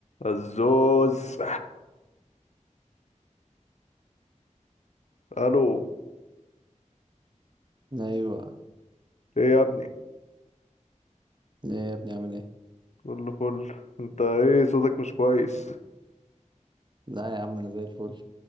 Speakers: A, on the left; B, on the right.
A: الزوز الو
B: ايوه
A: ايه يا ابني
B: ايه يا ابني عامل ايه
A: كله فل انت ايه صوتك مش كويس
B: لا يا عم انا زي الفل